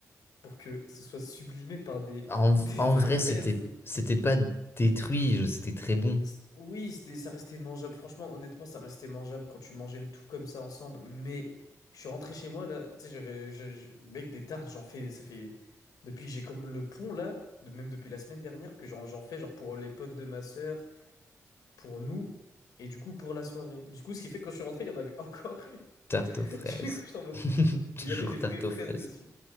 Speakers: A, on the left; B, on the left.
A: pour que ce soit sublimé par des,
B: En,
A: <laughs> des
B: en
A: fraises.
B: vrai, c'était c'était pas détruit, je- c'était très bon.
A: C'est- Oui, c'était, ça restait mangeable. Franchement, honnêtement, ça restait mangeable quand tu mangeais le tout comme ça ensemble. Mais je suis rentré chez moi là. Tu sais, j'avais, je- je- mec, des tartes, j'en fais, ça fait depuis que j'ai comme le pont là, de, même depuis la semaine dernière que j'en j'en fais genre pour les potes de ma sœur pour nous et du coup pour la soirée. Du coup, ce qui fait que quand je suis rentré, il y en avait encore une.
B: Tarte aux
A: <laughs>
B: fraises.
A: Du coup, j'étais en mode
B: <laughs>
A: bon.
B: Toujours
A: Mais il y avait des
B: tarte
A: vraies fraises
B: aux fraises.
A: dessus.